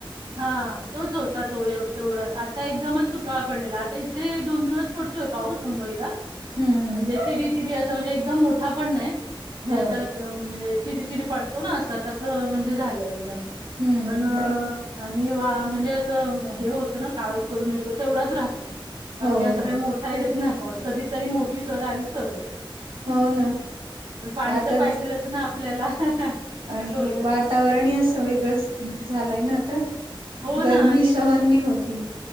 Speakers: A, on the right; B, on the right.
A: हा. तोच होता तो व्यव तेवडाच आता एकदमच धूकाळ पडलेला. आता इथे दोन दिवस पडतोय पाऊस मुंबईला.
B: हम्म हम्म
A: म्हणजे चिरी चिरी असं म्हणजे एकदम मोठा पण नाही. म्हणजे
B: हो
A: असं, म्हणजे चिरी चिरी पडतो ना असं तसं म्हणजे झालंय एकदम,
B: हम्म
A: पण
B: ते
A: आणि वा म्हणजे असं हे होतं ना काळोख करून येतो तेवढाच राहतो. बाकी
B: हो
A: अस काय
B: हो
A: मोठा येत नाही. पाऊस कधीतरी मोठी सर आली करुदेत.
B: हो ना
A: पन पाणी
B: आताच
A: तर पाहिजेलच ना आपल्याला
B: आणि
A: असं होतं.
B: हे वातावरणही असं वेगळंच झालंय ना आता.
A: हो
B: गरमी
A: ना आणि
B: सहन नाही होती.